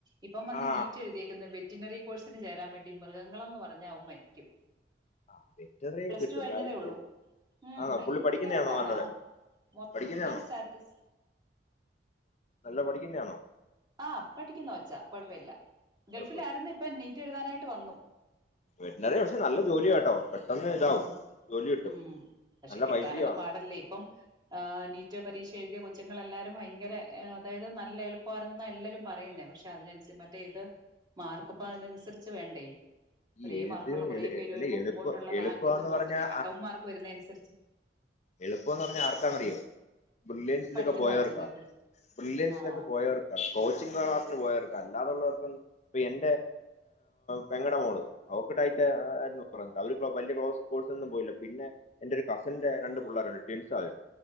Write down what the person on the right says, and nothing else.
ഇപ്പം വന്ന്
നീറ്റ് എഴുതിയേക്കുന്നു വെറ്റിനറി കോഴ്സിന് ചേരാൻ വേണ്ടി മൃഗങ്ങളെന്ന് പറഞ്ഞാ അവൻ മരിക്കും
പ്ലസ്
ടു കഴിഞ്ഞതേ
ഉള്ളൂ ഉം
ഭയങ്കര
ഇതാണ്
ആ മൊത്തം
സ്റ്റാറ്റസ്
ആഹ് പഠിക്കുന്ന കൊച്ചാ കൊഴപ്പയില്ല ഗൾഫിലായിരുന്നു
ഇപ്പം നീറ്റ് എഴുതാനായിട്ട് വന്നു
ഉം
ഉം ഉം
ഉം പക്ഷെ
കിട്ടാനൊക്കെ
പാടല്ലേ ഇപ്പം ആഹ് നീറ്റ് പരീക്ഷ എഴുതിയ കൊച്ചുങ്ങളെല്ലാരും ഭയങ്കര അതായത് നല്ല എളുപ്പമായിരുന്നെന്നാ എല്ലരും പറയുന്നേ പക്ഷെ അതിനനുസരി മറ്റേ ഇത് മാർക്കിപ്പം
അതിനനുസരിച്ച് വേണ്ടേ
ഒരേ
മാർക്കൊള്ള കൊറേ
പേര്
വരുമ്പം
മുമ്പോട്ടുള്ള റാങ്ക്
ഇത് പോത്തില്ലേ
കട്ട് ഓഫ് മാർക്ക് വരുന്ന അനുസരിച്ച്-
പഠിക്കുന്ന
കൊച്ചുങ്ങൾക്ക്
ആഹ്